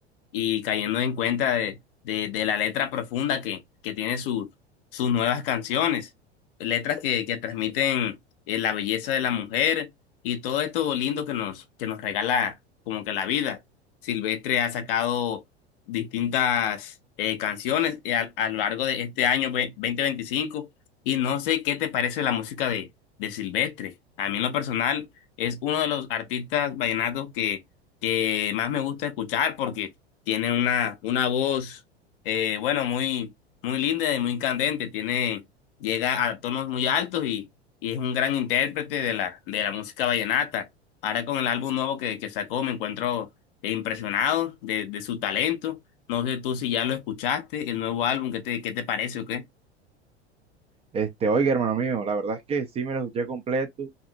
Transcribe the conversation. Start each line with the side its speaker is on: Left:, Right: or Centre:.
Left: y cayendo en cuenta de, de, de la letra profunda que, que tiene su, sus nuevas canciones, letras que, que transmiten eh, la belleza de la mujer y todo esto lindo que nos, que nos regala como que la vida. Silvestre ha sacado distintas eh, canciones eh, a, a lo largo de este año ve- 2025 y no sé qué te parece la música de, de Silvestre. A mí en lo personal es uno de los artistas vallenatos que, que más me gusta escuchar porque tiene una, una voz, eh, bueno, muy, muy linda y muy candente, tiene, llega a tonos muy altos y, y es un gran intérprete de la, de la música vallenata. Ahora con el álbum nuevo que, que sacó me encuentro eh, impresionado de, de su talento. No sé tú si ya lo escuchaste, el nuevo álbum, ¿qué te, qué te parece o qué?
Right: Este, oiga, hermano mío, la verdad es que sí me lo escuché completo